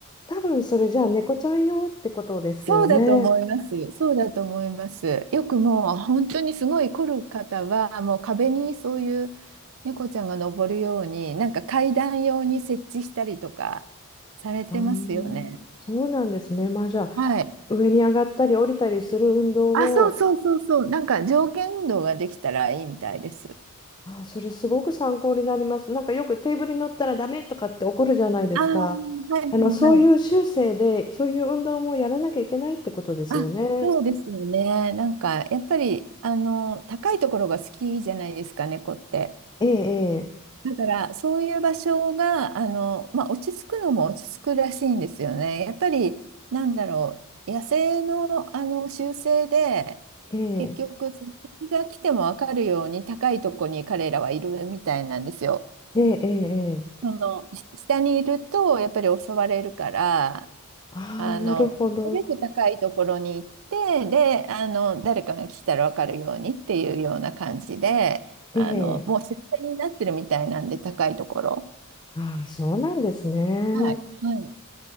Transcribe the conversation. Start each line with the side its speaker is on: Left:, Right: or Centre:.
Left: 多分それじゃあ猫ちゃん用ってことですよね。
Right: そうだと思います。そうだと思います。よくもう本当にすごい凝る方は、もう壁にそういう猫ちゃんが登るように、なんか階段用に設置したりとかされてますよね。
Left: あーそうなんですね。まあじゃあ
Right: はい。
Left: 上に上がったり降りたりする運動を
Right: あ、そうそうそうそう。なんか上下運動ができたらいいみたいです。
Left: あ、それすごく参考になります。なんかよくテーブルに乗ったらダメとかって怒るじゃないですか。
Right: ああ、はいはいはい。
Left: あの、そういう修正で、そういう運動もやらなきゃいけないってことですよね。
Right: あ、そうですよね。なんかやっぱり、あの、高いところが好きじゃないですか、猫って。
Left: ええ、
Right: だから、そういう場所が、あの、まあ、落ち着くのも落ち着くらしいんですよね。やっぱり、なんだろう、野生の、あの習性で、
Left: ええ、
Right: 結局、その敵が来ても分かるように高いとこに彼らはいるみたいなんですよ。
Left: ええ、ええ、ええ。
Right: その、し下にいると、やっぱり襲われるから、
Left: ああ、
Right: あの、
Left: なるほど。
Right: なるべく高いところに行って、で、あの、誰かが来たら分かるようにっていうような感じで、
Left: ええ。
Right: あの、もう出世になってるみたいなんで、高いところ。
Left: ああ、そうなんですね。
Right: はい、はい。